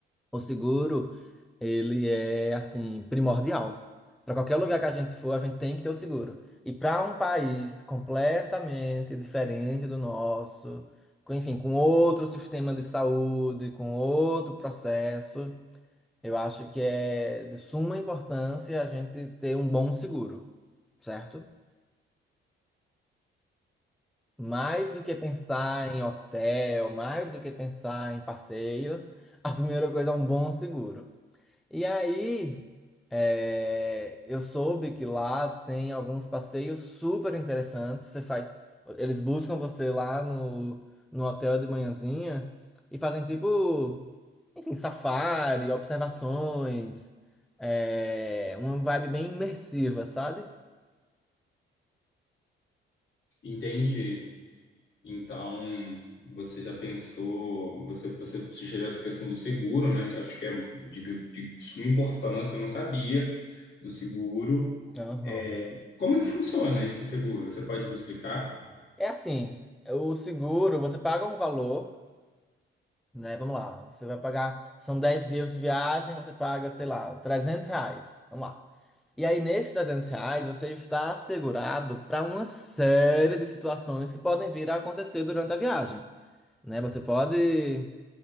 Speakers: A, in the centre; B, on the left.
A: O seguro, ele é assim primordial. Para qualquer lugar que a gente for, a gente tem que ter o seguro. E para um país completamente diferente do nosso, com, enfim, com outro sistema de saúde, com outro processo, eu acho que é de suma importância a gente ter um bom seguro, certo? Mais do que pensar em hotel, mais do que pensar em passeios, a primeira coisa é um bom seguro. E aí, é, eu soube que lá tem alguns passeios super interessantes. Você faz, eles buscam você lá no, no hotel de manhãzinha e fazem tipo, enfim, safari, observações, é, uma vibe bem imersiva, sabe?
B: Entendi. Então, você já pensou, você, você sugeriu essa questão do seguro, né? Que eu acho que é de, de suma importância, eu não sabia do seguro.
A: Aham.
B: É, como é que funciona esse seguro? Você pode me explicar?
A: É assim, o seguro, você paga um valor, né? Vamos lá, você vai pagar, são 10 dias de viagem, você paga, sei lá, 300 reais. Vamos lá. E aí, nesses 300 reais, você está assegurado para uma série de situações que podem vir a acontecer durante a viagem, né? Você pode,